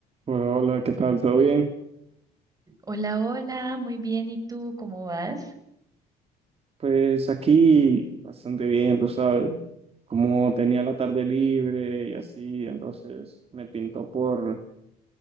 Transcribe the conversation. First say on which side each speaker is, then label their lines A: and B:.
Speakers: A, on the right (about 35°); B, on the right (about 20°).
A: Hola, ¿qué tal? ¿Todo bien?
B: Hola, hola, muy bien. ¿Y tú cómo vas?
A: Pues aquí bastante bien, tú sabes, como tenía la tarde libre y así, entonces me pintó por,